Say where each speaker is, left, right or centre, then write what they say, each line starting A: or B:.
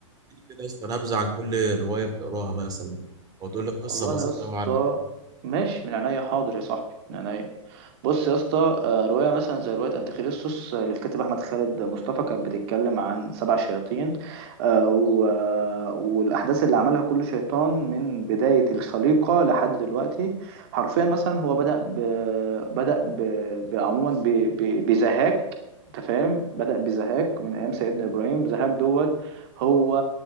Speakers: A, on the right; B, on the right.
A: بتحكي كده يا اسطى نبذه عن كل روايه بتقراها مثلا او تقول لي قصه
B: والله
A: بسيطه
B: يا اسطى
A: قوي عن
B: ماشي من عينيا حاضر يا صاحبي من عينيا بص يا اسطى آه، رواية مثلا زي رواية أنتيخريستوس آه، للكاتب أحمد خالد مصطفى كانت بتتكلم عن سبع شياطين آه، و- آه، والأحداث اللي عملها كل شيطان من بداية الخليقة لحد دلوقتي حرفيا مثلا هو بدأ ب... بدأ ب... ب... عموما ب... ب... بزهاك أنت فاهم بدأ بزهاك من أيام سيدنا إبراهيم زهاك دوت هو